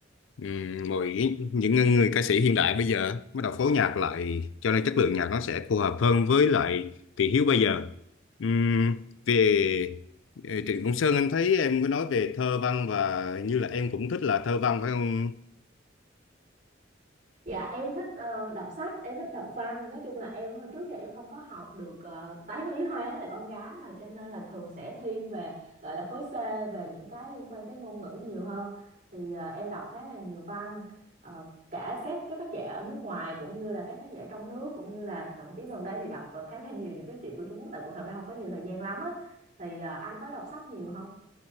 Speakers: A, on the left; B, on the right.
A: ừm, mọi những người ca sĩ hiện đại bây giờ bắt đầu phối nhạc lại cho nên chất lượng nhạc nó sẽ phù hợp hơn với lại thị hiếu bây giờ Ừm, về Ờ, Trịnh Công Sơn anh thấy em có nói về thơ văn và hình như là em cũng thích là thơ văn phải không?
B: Dạ em thích ờ, đọc sách, em thích đọc văn. Nói chung là em hồi trước giờ em không có học được ờ, toán lý hóa là con gái mà cho nên là thường sẽ thiên về gọi là khối C về những cái liên quan tới ngôn ngữ nhiều hơn. Thì ờ, em đọc khá là nhiều văn Ờ, cả các các tác giả ở nước ngoài cũng như là các tác giả trong nước cũng như là thậm chí gần đây thì đọc ờ, khá là nhiều những cái chuyện của Trung Quốc tại cũng thật ra không có nhiều thời gian lắm á. Thì ờ, anh có đọc sách nhiều không?